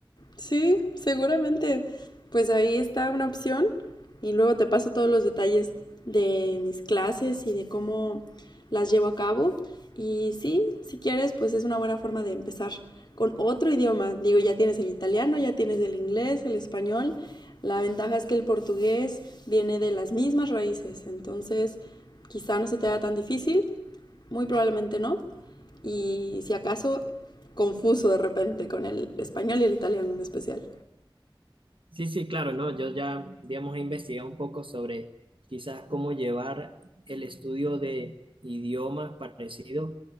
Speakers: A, on the left; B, on the right.
A: Sí, seguramente. Pues ahí está una opción y luego te paso todos los detalles de mis clases y de cómo las llevo a cabo. Y sí, si quieres, pues es una buena forma de empezar con otro idioma. Digo, ya tienes el italiano, ya tienes el inglés, el español. La ventaja es que el portugués viene de las mismas raíces, entonces quizá no se te haga tan difícil, muy probablemente no. Y si acaso, confuso de repente con el español y el italiano en especial.
B: Sí, sí, claro, no, yo ya, digamos, he investigado un poco sobre quizás cómo llevar el estudio de idiomas parecidos